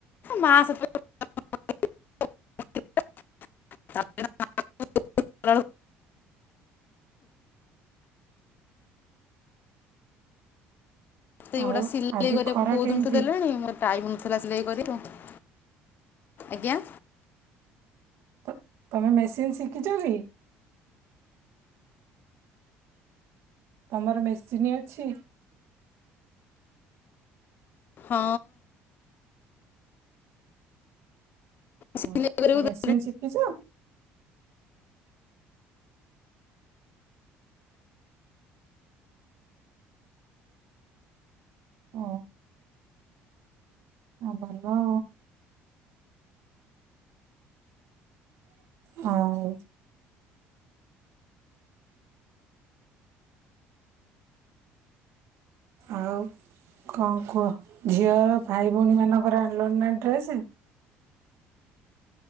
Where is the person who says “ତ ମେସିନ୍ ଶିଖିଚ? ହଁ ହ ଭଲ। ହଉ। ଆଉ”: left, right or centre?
Right